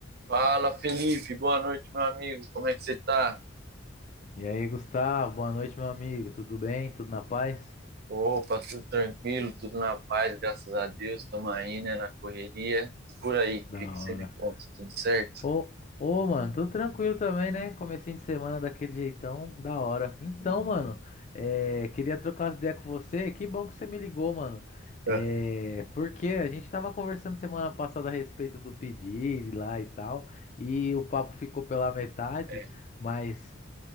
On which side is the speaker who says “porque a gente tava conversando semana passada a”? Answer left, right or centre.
Left